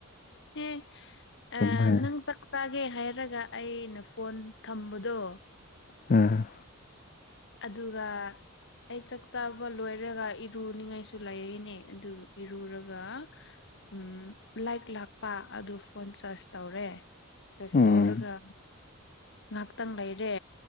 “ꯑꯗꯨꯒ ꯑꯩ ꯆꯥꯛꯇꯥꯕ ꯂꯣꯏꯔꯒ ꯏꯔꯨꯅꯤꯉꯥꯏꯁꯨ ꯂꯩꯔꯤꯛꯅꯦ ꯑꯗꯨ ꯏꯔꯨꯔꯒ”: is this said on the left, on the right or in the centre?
Left